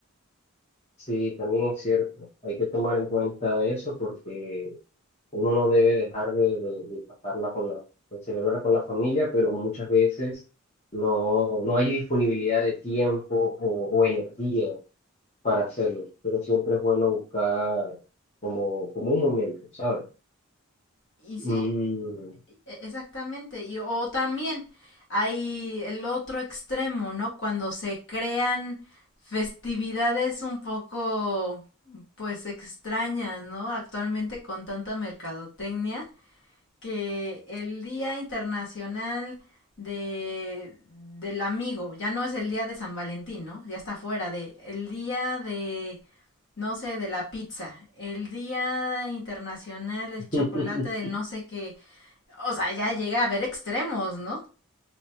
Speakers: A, on the left; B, on the left.
A: Sí, también es cierto. Hay que tomar en cuenta eso porque uno no debe dejar de, de- de pasarla con la, de celebrar con la familia, pero muchas veces no, no hay disponibilidad de tiempo o, o energía para hacerlo. Pero siempre es bueno buscar como, como un momento, ¿sabes?
B: Y sí,
A: Mm.
B: e- exactamente. Y o también hay el otro extremo, ¿no? Cuando se crean festividades un poco pues extrañas, ¿no? Actualmente con tanta mercadotecnia que el Día Internacional de, del Amigo, ya no es el Día de San Valentín, ¿no? Ya está fuera de el Día de, no sé, de la pizza, el Día Internacional del Chocolate,
A: <laughs>
B: del no sé qué, o sea, ya llega a haber extremos, ¿no?